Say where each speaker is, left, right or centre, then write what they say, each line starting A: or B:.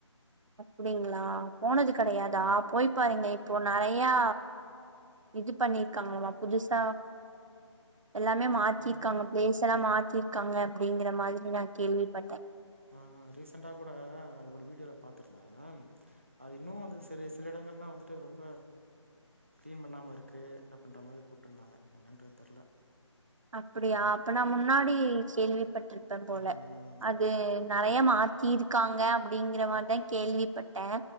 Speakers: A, on the right; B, on the right.
A: அப்டிங்ளா போனது கிடையாதா போய் பாருங்க இப்போ நறையா இது பண்ணிருக்காங்களாம புதுசா எல்லாமே மாத்திருக்காங்க
B: ஆனா இன்னுமே
A: பிளேஸ் எல்லா மாத்திருக்காங்க அப்டிங்கற மாரி நா கேள்விப்பட்டே
B: அ ரீசண்டா கூட ஒரு வீடியோல பார்த்துருந்தே அது இன்னு வந்து சில சில இடங்கள்லா வந்துட்டு ரொம்ப கிளீன் பண்ணாம இருக்கு அப்டின்ற மாரி போட்டிருந்தாங்க என்னான்றது தெர்ல
A: அப்டியா அப்பனா முன்னாடி கேள்விப்பட்டிருப்பே போல
B: ம்
A: அது நறைய மாத்திருக்காங்க அப்டிங்கற மாரி தா கேள்விப்பட்டே